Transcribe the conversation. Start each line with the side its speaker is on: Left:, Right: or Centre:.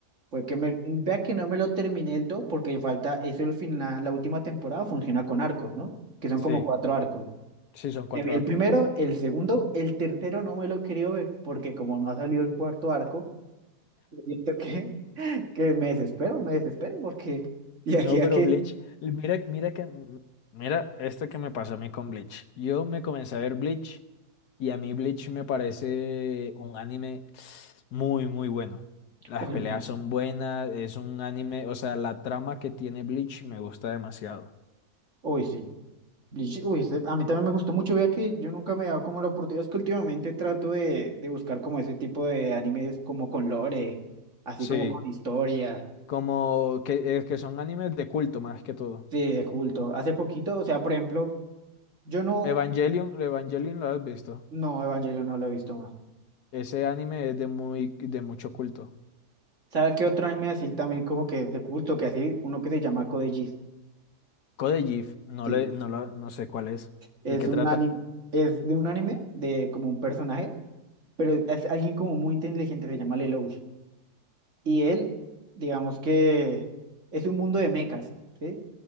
Right: fue que me, vea que no me lo terminé del todo porque falta, eso el final, la última temporada funciona con arcos, ¿no? Que son
Left: sí,
Right: como cuatro arcos.
Left: sí, son cuatro
Right: Me vi el
Left: arcos.
Right: primero, el segundo, el tercero no me lo he querido ver, porque como no ha salido el cuarto arco, yo siento que, <laughs> que me desespero, me desespero, porque y aquí
Left: No, pero
Right: a que,
Left: Bleach, mira, mira que, mira esto que me pasó a mí con Bleach. Yo me comencé a ver Bleach y a mí Bleach me parece un anime muy, muy bueno. Las
Right: uy,
Left: peleas
Right: Bleach,
Left: son buenas, es un anime, o sea, la trama que tiene Bleach me gusta demasiado.
Right: uy, sí, Bleach, uy, ese- a mí también me gustó mucho, vea que yo nunca me he dado como la oportunidad, es que últimamente trato de, de buscar como ese tipo de animes como con lore, así
Left: Sí,
Right: como con historia,
Left: como que, es que son animes de culto más que todo.
Right: sí, de culto. Hace poquito, o sea, por ejemplo, yo no,
Left: Evangelion, Evangelion lo has visto.
Right: no, Evangelio no lo he visto más.
Left: Ese anime es de muy, de mucho culto.
Right: ¿Sabe qué otro anime así también como que es de culto, que así, uno que se llama Code Geass?
Left: Code Geass, no
Right: Sí,
Left: le, no lo- no sé cuál es.
Right: es
Left: ¿De qué
Right: un
Left: trata?
Right: anime, es de un anime de como un personaje, pero es alguien como muy inteligente, se llama Lelouch. Y él, digamos que es un mundo de mechas, ¿sí?